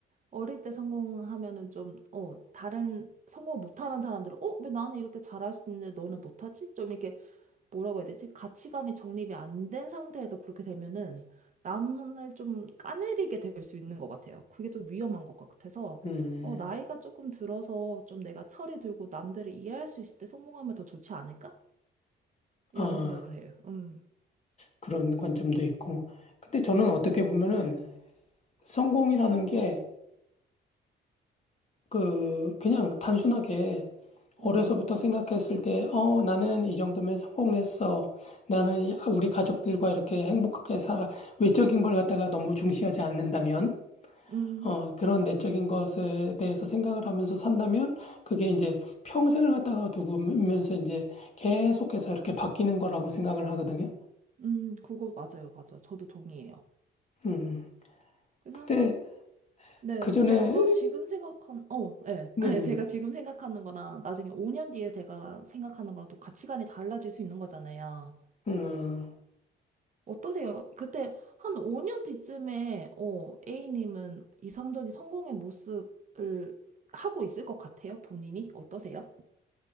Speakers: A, on the right; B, on the left.
A: 어릴 때 성공하면은 좀, 어, 다른 성공 못하는 사람들은, 어, 왜 나는 이렇게 잘할 수 있는데 너는 못하지? 좀 이렇게 뭐라고 해야 되지? 가치관이 정립이 안 된 상태에서 그렇게 되면은 남을 좀 까내리게 될 수 있는 것 같아요. 그게 좀 위험한 것 같아서
B: 음.
A: 어, 나이가 조금 들어서 좀 내가 철이 들고 남들을 이해할 수 있을 때 성공하면 더 좋지 않을까?
B: 아,
A: 이런 생각을 해요. 음,
B: 그런 관점도 있고. 근데 저는 어떻게 보면은 성공이라는 게 그 그냥 단순하게
A: 음,
B: 어려서부터 생각했을 때, 어, 나는 이 정도면 성공했어. 나는 이- 아, 우리 가족들과 이렇게 행복하게 살아. 외적인 걸 갖다가 너무 중시하지 않는다면,
A: 음,
B: 어, 그런
A: 맞아요.
B: 내적인 것에 대해서 생각을 하면서 산다면, 그게 이제 평생을 갖다가 두면서 이제 계속해서 이렇게 바뀌는 거라고 생각을 하거든요.
A: 음, 그거 맞아요, 맞아요. 저도 동의해요.
B: 음.
A: 그래서
B: 근데
A: 한, 한, 네,
B: 그 전에,
A: 제가 지금 생각한, 어, 네.
B: 네네네.
A: <laughs> 제가 지금 생각하는 거랑 나중에 5년 뒤에 제가 생각하는 거랑 또 가치관이 달라질 수 있는 거잖아요.
B: 음,
A: 어떠세요? 그때 한 5년 뒤쯤에 어, A님은 이상적인 성공의 모습을 하고 있을 것 같아요, 본인이? 어떠세요?